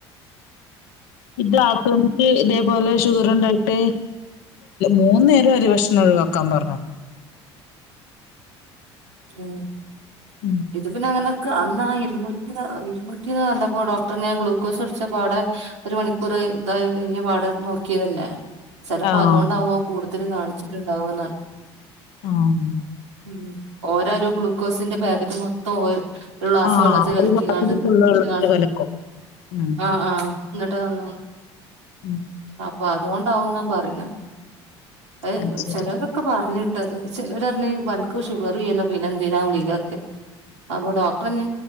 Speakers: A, on the left (about 65°); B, on the right (about 85°).
A: ഇത് <unintelligible> ഇതേപോലെ ഷുഗർ ഉണ്ടായിട്ട് മൂന്ന് നേരം അരി ഭക്ഷണ ന്ന് ഒഴിവാക്കാൻ പറഞ്ഞു
B: ഉം
A: ഉം
B: ഇത് പിന്നെ അന്നൊക്കെ അന്നാ ഇരുന്നൂറ്റി ഇരുന്നൂറ്റിന്നാ കണ്ടപ്പോ ഡോക്ടർ ഞാൻ ഗ്ലൂക്കോസ് പിടിച്ചപ്പാടെ ഒരു മണിക്കൂർ ഇതായി കഴിഞ്ഞ് പാടേ നോക്കിയതല്ലേ ചെലപ്പോ
A: ആഹ്
B: അതുകൊണ്ടാവോ കൂടുതൽ കാണിച്ചിട്ടുണ്ടാവ എന്നാണ്
A: ആഹ് ഉം
B: ഉം ഓരാരും ഗ്ലൂക്കോസിന്റെ പാക്കറ്റ് മൊത്തം ഓ ഒരു ഗ്ലാസ്
A: ആഹ്
B: വെള്ളത്തിൽ കല്ക്കിക്കാണ്ട്
A: ഒരു ഗ്ലാസ്സില് ഫുള്ള്
B: കുടിച്ചിക്കാണ്ട്
A: വെള്ളത്തില് കലക്കും ഉം
B: ആഹ് ആഹ് ഇന്നട്ട് വന്ന
A: ഉം
B: അപ്പൊ അതോണ്ടാവുന്ന പറിണത് ഏഹ്
A: അത് ശരി
B: ചെലോരൊക്കെ പറഞ്ഞിട്ടത് ചേലോരഞീ പൻക് ഷുഗറില്ലല്ലോ പിന്നെന്തിനാ ഗുളിക ക്കെ അപ്പൊ ഡോക്ടറെന്നെ